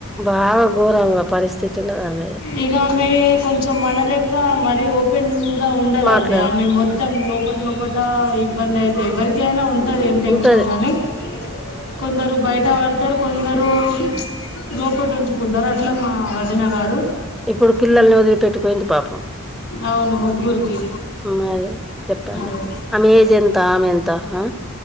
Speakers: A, in the centre; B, on the left.
A: బాగా ఘోరంగా పరిస్థితి ఉన్నది ఆమెది
B: ఇ గామె కొంచెం మన లెక్క మరియు ఇంగా ఉండదండి
A: మాట్లాడ
B: ఆమె మొత్తం లోపల లోపల ఇబ్బంది అయితే ఎవరి టైనా ఉంటది ఏం టెన్షన్
A: ఉంటది
B: కానీ కొందరు బయట వడ్ తరు కొందరు లోపటి ఉంచుకుంటారు అట్లా మా వదిన గారు
A: ఇప్పుడు పిల్లల్ని వదిలిపెట్టిపోయింది పాపం
B: అవును ముగ్గురికి
A: మది చెప్పండి
B: అదే
A: ఆమె ఏజ్ ఎంత ఆమె ఎంత హా